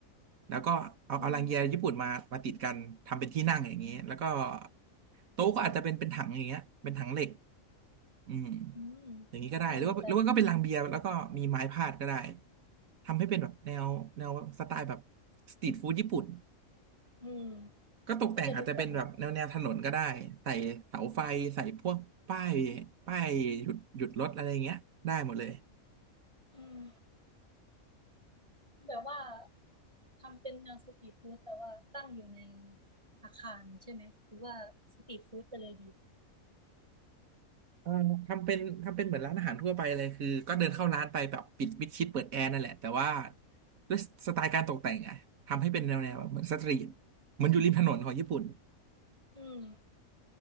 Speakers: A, on the right (about 80°); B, on the right (about 20°).
A: แล้วก็เอาเอาลังเบียร์ญี่ปุ่นมามาติดกันทำเป็นที่นั่งอย่างนี้แล้วก็
B: อืม
A: โต๊ะก็อาจจะเป็นเป็นถังอย่างเงี้ยเป็นถังเหล็กอืม
B: อืม
A: อย่างนี้ก็ได้หรือว่าหรือว่าก็เป็นลังเบียร์แล้วก็มีไม้พาดก็ได้
B: น่าสนใจ
A: ทำให้เป็นแบบแนวแนวสไตล์แบบสตรีทฟู้ดญี่ปุ่น
B: อืม
A: ก็ตกแต่งอาจจะเป็นแบบแนวแนวถนนก็ได้ใส่เสาไฟใส่พวกป้าย
B: ก็จะดูแปลกใหม่
A: ป้ายหยุดหยุดรถอะไรเงี้ยได้หมดเลย
B: อืมแบบว่าทำเป็นแนวสตรีทฟู้ดแต่ว่าตั้งอยู่ในอาคารใช่ไหมหรือว่าสตรีทฟู้ดไปเลยดี
A: เอ่อทำเป็นทำเป็นเหมือนร้านอาหารทั่วไปเลยคือก็เดินเข้าร้านไปแบบปิดมิดชิดเปิดแอร์นั่นแหละแต่ว่าด้วยสไตล์การตกแต่งอะทำให้เป็นแนวแนวแบบเหมือนสตรีทเหมือนอยู่ริมถนนของญี่ปุ่น
B: อืม